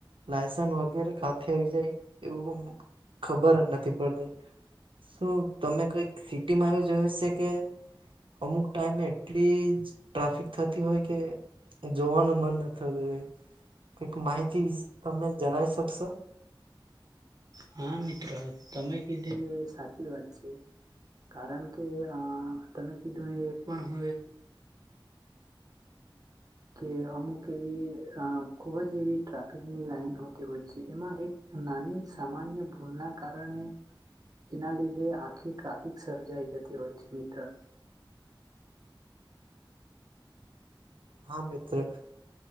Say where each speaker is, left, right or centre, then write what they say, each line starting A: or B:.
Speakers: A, on the right; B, on the right.
A: લાયસન વગેરે કાતે આવી જાય, એવું ખબર જ નથી પડતી. શું તમે કઈક સિટીમાં આવ જોયુંશે કે? અમુક ટાઈમે એટલી જ ટ્રાફિક થતી હોય કે. જોવાનું મન ન થાય, કઈક માહિતી વિશે તમે જણાવી શકશો?
B: હા, મિત્રો તમે કીધું સાચી વાત છે. કારણ કે, અ તમે કીધું એ પણ હય કે અમુક એવી અ ખુબ જ એવી ટ્રાફિકની લાઈન હોતી હોય છે, એમાં એક નાની સામાન્ય ભૂલ ના કારણે એના લીધે આખી ટ્રાફિક સર્જાઈ જતી હોય છે, મિત્ર.
A: હા, મિત્ર.